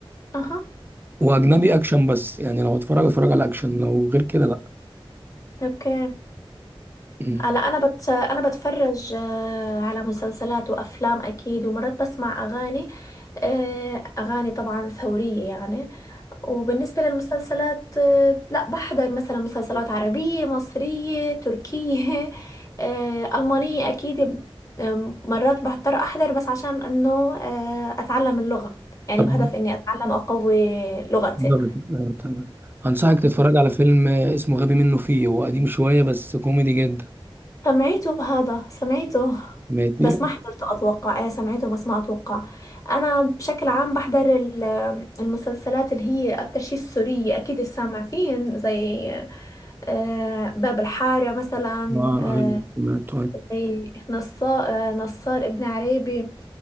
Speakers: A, on the left; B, on the right.
A: أها
B: واجنبي اكشن بس يعني لو اتفرج اتفرج على اكشن لو غير كده لا
A: أوكي
B: مم.
A: هلا انا بت... انا بتفرج آه، على مسلسلات وافلام اكيد ومرات بسمع اغاني آه، اغاني طبعا ثورية يعني وبالنسبة للمسلسلات آه، لا بحضر مثلا مسلسلات عربية مصرية تركية <laughs> آه، ألمانية أكيد ب- آم، مرات بضطر أحضر بس عشان إنه آه، أتعلم اللغة يعني
B: طب
A: بهدف إني أتعلم أقوي لغتي
B: نقدر نت- آه، تمام انصحك تتفرج على فيلم آه، اسمه غبي منه فيه هو قديم شويه بس كوميدي جدا
A: سمعته هذا سمعته
B: ماشي
A: بس ما حضرته أتوقع إيه سمعته بس ما أتوقع أنا بشكل عام بحضر ال- المسلسلات اللي هي أكتر شيء السورية أكيد سامع فين زي آه، باب الحارة مثلا
B: اه
A: آه،
B: ايوه سمعته ايوه
A: زي نصار, آه، نصار ابن عريبي